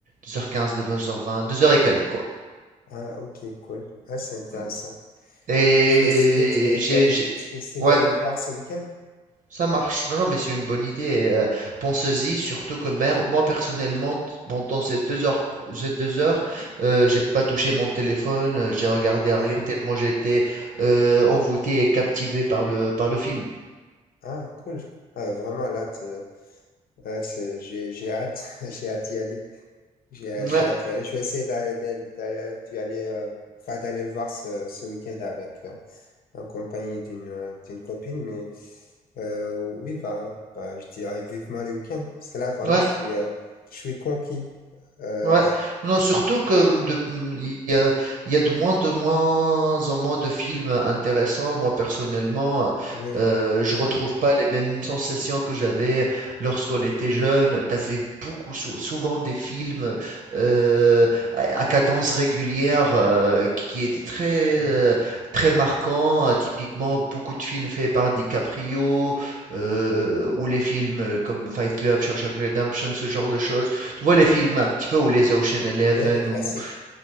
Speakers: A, on the right (about 60°); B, on the left (about 65°).
A: Deux heures quinze, deux heures vingt, deux heures et quelques, quoi.
B: Ah, ok, cool. Ah, c'est intéressant.
A: Mm. Et
B: Je vais essayer d'y
A: j'ai,
B: d'y aller,
A: j'ai-
B: d'essayer
A: ouais,
B: d'aller le voir ce week-end.
A: Ça marche. Non, non, mais c'est une bonne idée. et, euh, pensez-y, surtout que mer- moi, personnellement, d- pendant ces deux heures, ces deux heures, euh, j'ai pas touché mon téléphone, euh, j'ai regardé
B: Ah,
A: à
B: ouais.
A: rien tellement j'étais euh, envoûté et captivé par le, par le film.
B: Ah, cool. Ah, vraiment, là, tu- ouais, c'est- j'ai j'ai hâte, <laughs> j'ai hâte d'y aller. J'ai
A: Ouais,
B: j'ai hâte d'y aller. Je vais essayer d'aller d'aller- d'aller- d'y aller, euh, enfin, d'aller le voir ce, ce week-end avec, euh, en compagnie d'une euh, d'une copine. Mais euh, oui, bah, bah, je dirais vivement le week-end. Parce que là, vraiment,
A: ouais.
B: je suis, euh, je suis conquis. Euh,
A: Ouais, non, surtout que de- mmh, il y a, il y a de moins, de moins en moins de films intéressants. Moi, personnellement,
B: <laughs> oui.
A: euh, je
B: <clears throat>
A: retrouve pas les mêmes sensations que j'avais lorsqu'on était jeune. T'avais beaucoup, sou- souvent des films euh, à, à cadence régulière euh, qui, qui étaient très,
B: Mm,
A: euh, très marquants. Euh, Typiquement, beaucoup de films faits par DiCaprio euh, ou les films euh, comme Fight Club, Shawshank Redemption, ce genre
B: mm.
A: de choses tu vois les films un petit peu ou les Ocean Eleven
B: Ouais, le classique.
A: ou